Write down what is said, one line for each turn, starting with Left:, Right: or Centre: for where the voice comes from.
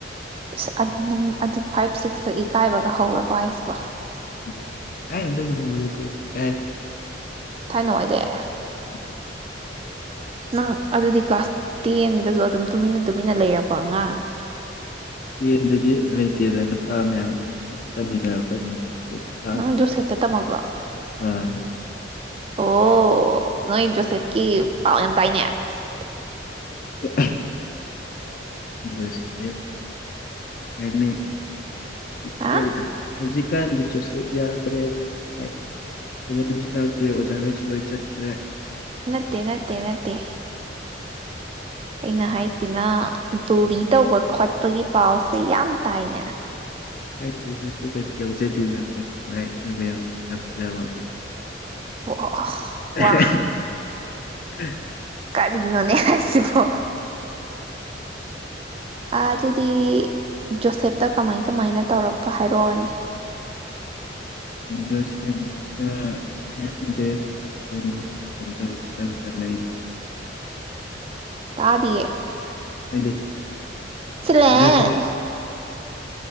Right: ꯏꯁ ꯑ ꯅꯪ ꯑꯗꯨ ꯐꯥꯏꯚ ꯁꯤꯛꯁꯇ ꯏꯀꯥꯏꯕꯒ ꯍꯧꯔꯕ ꯍꯥꯏꯁꯤꯕ
Left: <unintelligible>
Right: ꯊꯥꯏꯅꯋꯥꯏꯗꯩ
Left: ꯎꯝ
Right: ꯅꯪ ꯑꯗꯨꯗꯤ ꯀ꯭ꯂꯥꯁ ꯇꯦꯟꯗꯁꯨ ꯑꯗꯨꯝ ꯇꯨꯃꯤꯟꯅ ꯇꯨꯃꯤꯟꯅ ꯂꯩꯔꯛꯄ ꯑꯉꯥꯡ
Left: ꯇꯦꯟꯗꯗꯤ ꯂꯩꯇꯦꯗ ꯅꯨꯄꯥ ꯃꯌꯥꯝ ꯇꯝꯃꯤꯟꯅꯔꯛꯄꯅꯤꯅ ꯑꯗꯨꯝ ꯂꯥꯡ
Right: ꯅꯪ
Left: ꯈꯣꯠꯇꯅ
Right: ꯖꯣꯁꯦꯄꯇ ꯇꯝꯃꯛꯄ꯭ꯔꯣ
Left: ꯑꯥ
Right: ꯑꯣ ꯅꯣꯏ ꯖꯣꯁꯦꯞꯀꯤ ꯄꯥꯎ ꯌꯥꯝ ꯇꯥꯏꯅꯦ ꯑꯁ
Left: <unintelligible> ꯍꯥꯏꯩꯅ ꯏ
Right: ꯍꯥ
Left: ꯀꯔꯤ ꯍꯧꯖꯤꯛꯀꯥꯟꯗꯤ ꯖꯣꯁꯦꯞ ꯌꯥꯗ꯭ꯔꯦ ꯂꯥꯏ ꯐꯖꯅꯁꯨ ꯇꯥꯛꯇꯦ ꯑꯣꯖꯥꯈꯩꯁꯨ ꯂꯣꯏꯅ ꯆꯠꯈ꯭ꯔꯦ
Right: ꯅꯠꯇꯦ ꯅꯠꯇꯦ ꯅꯠꯇꯦ ꯑꯩꯅ ꯍꯥꯏꯁꯤꯅ ꯗꯣꯕꯤ ꯇꯧꯕ ꯈꯣꯠꯄꯒꯤ ꯄꯥꯎꯁꯦ ꯌꯥꯝ ꯇꯥꯏꯅꯦ
Left: ꯈꯪꯗꯦꯗ ꯑꯗꯨꯒꯗꯤ ꯌꯥꯎꯖꯗꯦꯕ ꯑꯩꯈꯣꯏ <unintelligible>
Right: ꯑꯣ ꯑꯣ
Left: <inaudible>
Right: ꯋꯥ
Left: <inaudible>
Right: ꯀꯔꯤꯅꯣꯅꯦ ꯍꯥꯏ ꯁꯤꯕꯣ ꯑꯗꯨꯗꯤ ꯖꯣꯁꯦꯞꯇ ꯀꯃꯥꯏ ꯀꯃꯥꯏꯅ ꯇꯧꯔꯛꯄ ꯍꯥꯏꯔꯛꯑꯣꯅꯦ
Left: ꯖꯣꯁꯦꯞꯇ ꯈꯪꯗꯦ ꯑꯗꯨꯝ
Right: ꯇꯥꯗꯤꯌꯦ
Left: <unintelligible> <unintelligible>
Right: <unintelligible>
Left: ꯖꯣꯁꯦꯞ